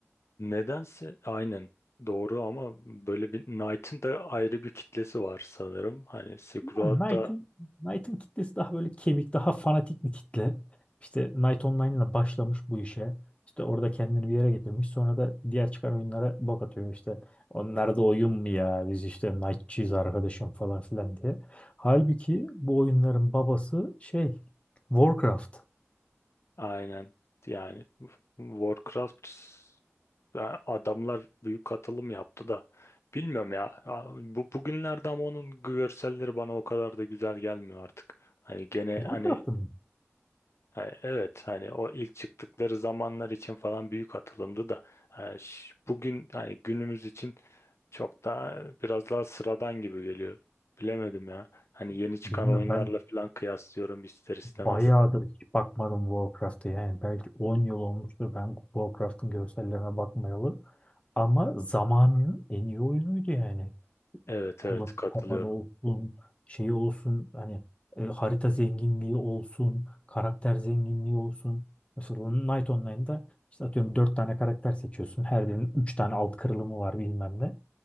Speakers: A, on the left; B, on the left.
A: Nedense aynen doğru ama böyle bir Knight'ın da ayrı bir kitlesi var sanırım. Hani Silk
B: Yani
A: Road
B: Knight'ın
A: da
B: Knight'ın kitlesi daha böyle kemik, daha fanatik bir kitle. İşte Knight Online'la başlamış bu işe. İşte orada kendini bir yere getirmiş. Sonra da diğer çıkan oyunlara bok atıyor işte. Onlar da oyun mu ya? Biz işte Knight'çıyız arkadaşım falan filan diye. Halbuki bu oyunların babası şey Warcraft.
A: aynen yani Warcraft Ya Adamlar büyük katılım yaptı da bilmiyorum ya. Ya Bu bugünlerde ama onun görselleri bana o kadar da güzel gelmiyor artık. Hani gene
B: Warcraft'ın
A: hani
B: mı?
A: hani evet hani o ilk çıktıkları zamanlar için falan büyük atılımdı da e, ş- bugün hani günümüz için çok daha biraz daha sıradan gibi geliyor. Bilemedim ya. Hani yeni çıkan
B: Bilmiyorum
A: oyunlarla
B: ben
A: falan kıyaslıyorum ister istemez.
B: Bayağıdır hiç bakmadım Warcraft'a yani belki 10 yıl olmuştur ben Warcraft'ın görsellerine bakmayalı. Ama zamanının en iyi oyunuydu yani.
A: Evet
B: Kullanım
A: evet katılıyorum.
B: tabanı olsun, şeyi olsun, hani e, harita zenginliği olsun, karakter zenginliği olsun. Mesela Knight Online'da işte atıyorum 4 tane karakter seçiyorsun. Her birinin 3 tane alt kırılımı var bilmem ne.